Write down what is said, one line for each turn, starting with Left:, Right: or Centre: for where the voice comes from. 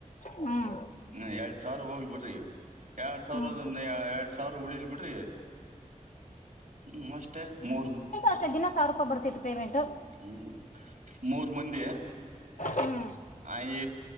Left: ಹ್ಮ್
Right: ಹ್ಮ ಎರಡ್ ಸಾವಿರ ಹೋಗ್ಬಿ ಎರಡ್ ಸಾವಿರದ
Left: ಹ್ಮ್
Right: ಎರಡ್ ಸಾವಿರ ಉಳಿಲ್ ಬಿಡ್ರಿ ಇವ ಹ್ಮ್ ಅಷ್ಟೇ ಮೂರ್
Left: ಅಷ್ಟ ದಿನ ಸಾವಿ ರೂಪಾಯ ಬರ್ತಿತ್ತು ಪೇಮೆಂಟ್
Right: ಹ್ಮ್ ಮೂರ್ ಮಂದಿ
Left: ಹ್ಮ್
Right: ಆ ಈ